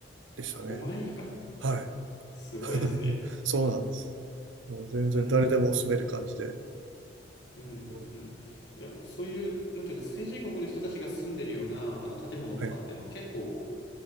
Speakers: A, on the right; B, on the left.
A: でしたね。
B: 5万円以下。
A: はい。
B: すごいですね。
A: <laughs> そうなんです。もう全然誰でも住める感じで。
B: うーん。うんうんうん。
A: は
B: いや、そういう、なんていうか、先進国の人たちが住んでるような、あの、建物とかっていうのは結構、
A: い。